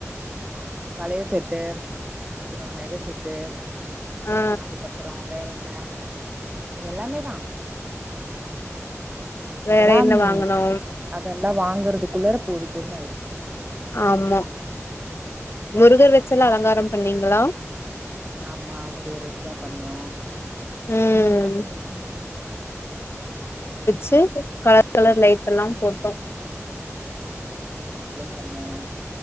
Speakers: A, on the right; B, on the left.
A: வளயல் செட்டு அப்பற நக செட்டு
B: ஆ
A: அதுக்கப்பறம் வேற என்ன எல்லாமே தா
B: வேற
A: அதெலாம்
B: என்ன வாங்கனோ
A: அதெல்லா வாங்கறதுக்குள்ள போது பொன்ன ஆயிர்ச்
B: ஆமா முருகர் வச்சல்லா அலங்கார பண்ணீங்ளா
A: ஆமா முருகர் வச்சுதா பண்ணோ
B: ம்
A: நீங்க என்ன பண்ணீங்க
B: சேம்ப் கலர் கலர் லைட் எல்லா போட்டோ
A: பன்னோம்